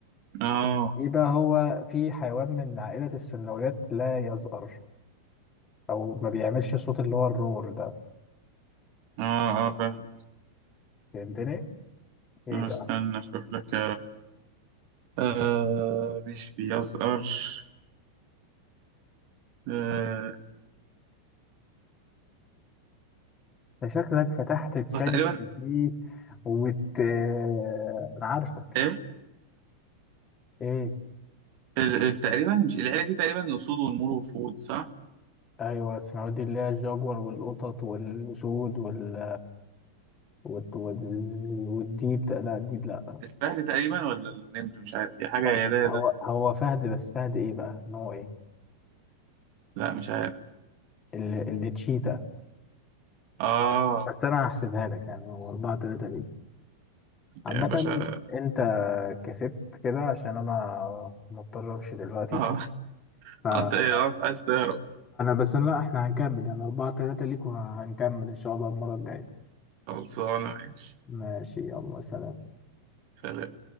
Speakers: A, on the right (about 45°); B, on the left (about 25°).
A: اه
B: ايه بقى هو في حيوان من عائلة السلمونيات لا يزأر او ما بيعملش صوت اللي هو الروار ده
A: اه اه فاهم
B: فهمتني ايه
A: آه،
B: بقى
A: استنى اشوف لك آه مش بيزقرش آه
B: ده شكلك فتحت تشات
A: آه، تقريبا
B: جي بي تي وبت آه، انا عارفك
A: ايه
B: ايه
A: ال- ال- تقريبا مش العيلة دي تقريبا أسود ونمور وفهود صح؟
B: ايوه السلمونيات دي اللي هي الجاجور والقطط والاسود وال... والد- والز- والديب ده- لا الديب لا
A: الفهد تقريبا ولا النمر مش عارف هي حاجة
B: طب
A: يا ده يا
B: هو
A: ده
B: هو فهد بس فهد ايه بقى ان هو ايه
A: لا مش عارف
B: اللي, اللي تشيتا
A: اه
B: بس انا هحسبها لك يعني هو 4 3 عامة
A: يا باشا
B: انت كسبت كده عشان انا مضطر امشي دلوقتي
A: اه <laughs>
B: فانا
A: انت ايه آه، عايز تهرب
B: بس لا احنا هنكمل يعني اربعة تلاتة ليك وهنكمل ان شاء الله المرة الجاية
A: خلصانة ماشي
B: ماشي يلا سلام
A: سلام